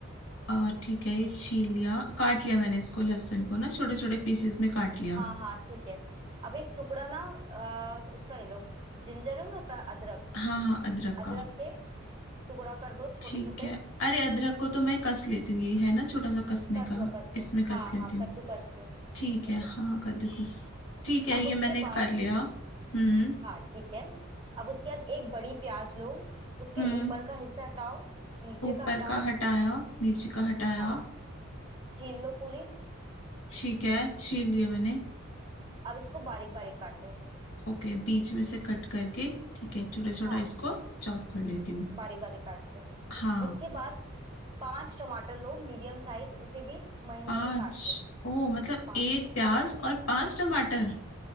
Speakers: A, on the left; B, on the right.
A: आ ठीक है ये छील लिया काट लिया मैंने इसको लहसुन को ना छोटे छोटे पीसेस में काट लिया
B: हाँ हाँ ठीक है अब एक टुकड़ा ना अ, उसका ले लो जिंजर नहीं होता अदरक
A: हाँ हाँ अदरक
B: अदरक
A: का
B: के टुकड़ा कर दो छोटे
A: ठीक
B: छोटे
A: है अरे अदरक को तो मैं कस लेती हूँ ये है ना छोटा सा कसने
B: कस
A: का
B: लो कस
A: इसमें
B: लो
A: कस
B: हाँ
A: लेती
B: हाँ
A: हूँ
B: कद्दूकस से
A: ठीक
B: ठीक
A: है
B: है
A: हाँ कद्दूकस ठीक है
B: अब
A: ये
B: उसके
A: मैंने
B: बाद
A: कर लिया हम्म
B: हाँ ठीक है अब उसके बाद एक बड़ी प्याज लो उसके
A: हम्म
B: ऊपर का हिस्सा हटाओ नीचे
A: ऊपर
B: का हटाओ
A: का हटाया नीचे का हटाया
B: हाँ छील लो पूरी
A: ठीक है छील लिया मैंने
B: अब इसको बारीक बारीक काटो
A: ओके बीच में से कट करके ठीक है छोटा छोटा
B: हाँ
A: इसको चॉप कर लेती हूँ
B: बारीक बारीक काट लो
A: हाँ
B: उसके बाद पांच टमाटर लो मीडियम साइज उसे भी महीन
A: पांच
B: महीन काट लो
A: ओ मतलब
B: पांच
A: एक प्याज और पांच टमाटर